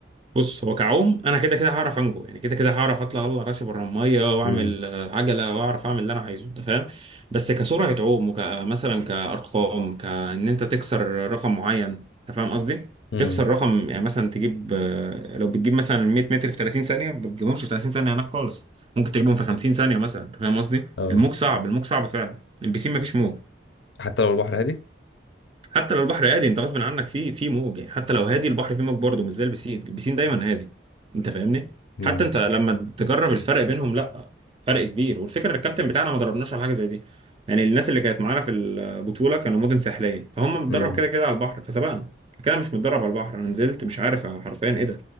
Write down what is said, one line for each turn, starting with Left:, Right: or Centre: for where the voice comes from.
Right: بص هو كعوم انا كده كده هعرف انجو يعني كده كده هعرف اطلع اطلع راسي بره الميه واعمل
Left: امم
Right: آه، عجله واعرف اعمل اللي انا عايزه انت فاهم بس كسرعه عوم وكمثلا كارقام كان انت تكسر رقم معين انت فاهم قصدي
Left: امم
Right: تكسر رقم يعني مثلا تجيب آه، لو بتجيب مثلا 100 متر في 30 ثانيه ما بتجيبهمش في 30 ثانيه هناك خالص ممكن تجيبهم في 50 ثانيه مثلا انت فاهم قصدي
Left: اه
Right: الموج صعب الموج صعب فعلا البسين ما فيش موج
Left: حتى لو البحر هادي
Right: حتى لو البحر هادي انت غصب عنك في في موج يعني حتى لو هادي البحر فيه موج برضه مش زي البسين البسين دايما هادي انت فاهمني
Left: امم
Right: حتى انت لما تجرب الفرق بينهم لا فرق كبير والفكره الكابتن بتاعنا ما دربناش على حاجه زي دي يعني الناس اللي كانت معانا في البطوله كانوا مدن ساحليه فهم متدرب
Left: امم
Right: كده كده على البحر فسبقنا كده مش متدرب على البحر انا نزلت مش عارف حرفيا ايه ده